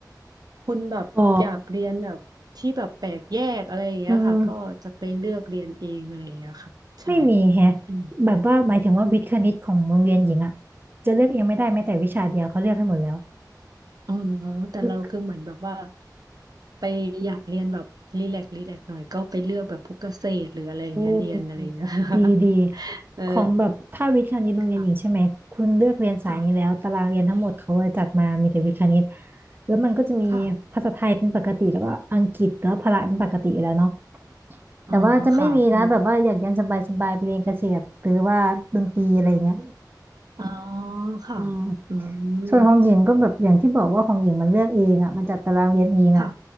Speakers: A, on the right; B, on the right.
A: คุณแบบอยากเรียนแบบที่แบบแปลกแยกอะไรอย่างเงี้ยค่ะก็จะไปเลือกเรียนเองอะไรอย่างเงี้ยค่ะใช่
B: อ๋อ เออไม่มีแฮะ
A: อืม
B: แบบว่าหมายถึงว่าวิทย์คณิตของโรงเรียนหญิงอะจะเลือกเองไม่ได้แม้แต่วิชาเดียวเขาเลือกให้หมดแล้ว
A: อ๋อแต่เราคือเหมือนแบบว่า
B: คือ
A: ไปอยากเรียนแบบรีแลกรีแลกหน่อยก็ไปเลือกแบบพวกเกษตรหรืออะไรอย่างเงี้ยเรียนอะไรอย่างเงี้ย
B: โอืดีดี
A: <laughs> เออ
B: ของแบบถ้าวิทย์คณิตโรงเรียนหญิงใช่ไหมคุณเลือกเรียนสายนี้แล้วตารางเรียนทั้งหมดเขาจะจัดมามีแต่วิทย์คณิต
A: ค่ะค่ะ
B: แล้วมันก็จะมีภาษาไทยเป็นปกติแล้วก็อังกฤษแล้วพละเป็นปกติอยู่แล้วเนาะ
A: ค่ะอ๋อค่ะเออ
B: แต่ว่าจะไม่มีนะแบบว่าอยากเรียนสบายๆไปเรียนเกษตรหรือว่าดนตรีอะไรเงี้ย
A: อ๋อค่ะ
B: อืม
A: อืม
B: ส่วนของหญิงก็แบบอย่างที่บอกว่าของหญิงมันเลือกเองอ่ะมันจัดตารางเรียนเองอ่ะ
A: ค่ะ